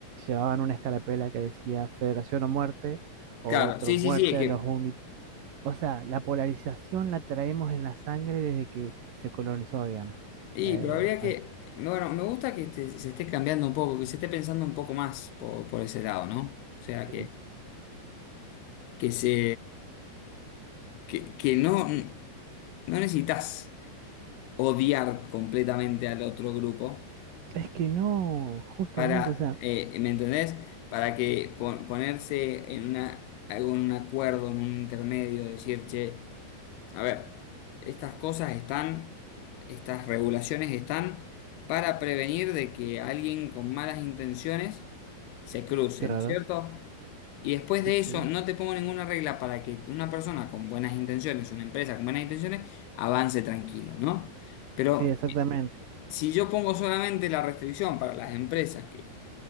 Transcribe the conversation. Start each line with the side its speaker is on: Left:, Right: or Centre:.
Right: llevaban una escarapela que decía Federación o muerte, o
Left: claro,
Right: otro
Left: sí,
Right: muerte
Left: sí, sí, es
Right: a
Left: que
Right: los unitarios. O sea, la polarización la traemos en la sangre desde que se colonizó, digamos,
Left: Y,
Right: eh,
Left: pero habría que, bueno, me gusta que este- se esté cambiando un poco, que se esté pensando un poco más por, por ese lado, ¿no? O sea,
Right: Argentina.
Left: que, que se, que, que no, no necesitas odiar completamente al otro grupo
Right: Es que no, justamente,
Left: para,
Right: o sea,
Left: eh, ¿me entendés? Para que po- ponerse en una, algún acuerdo, en un intermedio, decir, che, A ver, estas cosas están, estas regulaciones están para prevenir de que alguien con malas intenciones se cruce,
Right: claro,
Left: ¿no es cierto? Y después
Right: sí,
Left: de
Right: sí,
Left: eso, no te pongo ninguna regla para que una persona con buenas intenciones, una empresa con buenas intenciones, avance tranquilo, ¿no? Pero
Right: sí, exactamente,
Left: si yo pongo solamente la restricción para las empresas que,